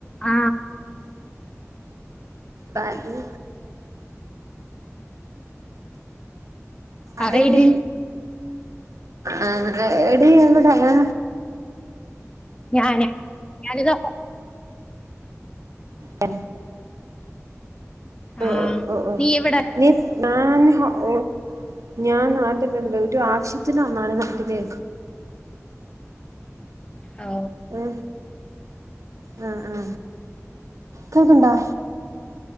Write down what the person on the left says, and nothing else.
ആ
പറയെടി
ഞാന് ഞാനിതാ
ആഹ്
നീ എവിടെ
ആ